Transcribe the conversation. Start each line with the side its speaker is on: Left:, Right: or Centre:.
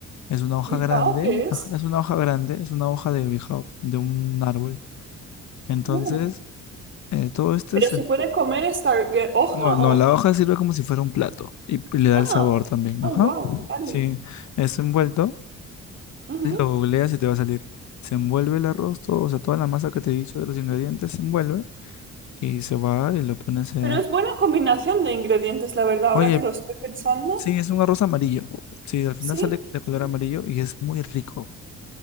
Left: Es una hoja
Right: ¿Bijao
Left: grande,
Right: qué es?
Left: ajá, es una hoja grande, es una hoja de bijao, de un árbol. Entonces,
Right: Mm.
Left: eh, todo esto
Right: ¿Pero
Left: es
Right: se puede comer esta eh, hoja
Left: No,
Right: o...?
Left: no, la hoja sirve como si fuera un plato y, y le da
Right: Ah,
Left: el sabor también.
Right: oh,
Left: Ajá.
Right: wow, vale.
Left: Sí, es envuelto.
Right: Ujú.
Left: Y lo googleas y te va a salir. Se envuelve el arroz, todo, o sea, toda la masa que te he dicho de los ingredientes se envuelve y se va y lo pones a...
Right: Pero es buena combinación de ingredientes, la verdad,
Left: Oye,
Right: ahora que lo estoy pensando.
Left: sí, es un arroz amarillo. Sí, al final
Right: Sí,
Left: sale de color
Right: sí.
Left: amarillo y es muy rico.